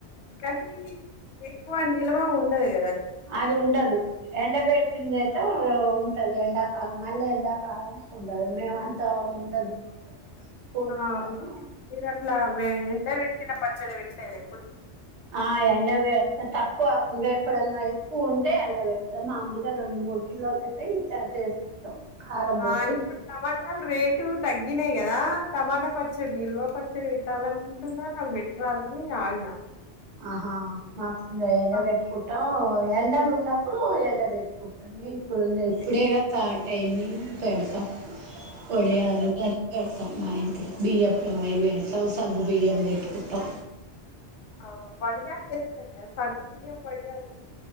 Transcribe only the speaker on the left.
కది ఎక్కువ నిలవను <unintelligible>
ఆహా మీరు అట్లా ఎండ పెట్టిన పచ్చడి పెట్టలేదు ఇప్పుడు
ఆ ఇప్పుడు టమాటాలు రేటు తగ్గినాయి్ కదా టమాటా పచ్చడి నిల్య పచ్చడి పెట్టాల అనుకుంటున్న నాకు రాలా న ఆగిన
ఆ!
ఓకే.
అంటే
ఆ బాడీగా చేస్తే చాలు పడి యా